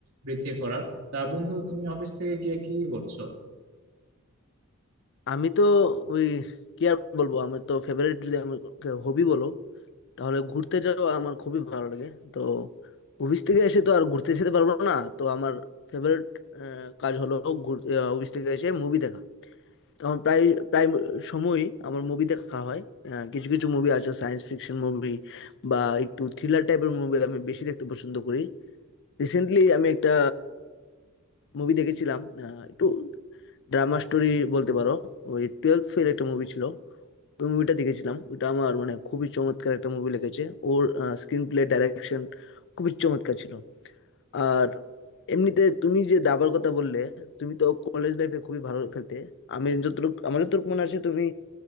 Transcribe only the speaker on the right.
বৃদ্ধি করার তা বন্ধু তুমি অফিস থেকে গিয়ে কি কি করছো